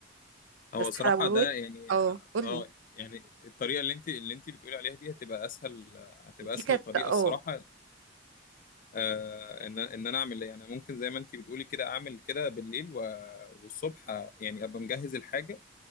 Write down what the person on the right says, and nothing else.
بس
حلاوة
اه قولي
دي
كانت
اه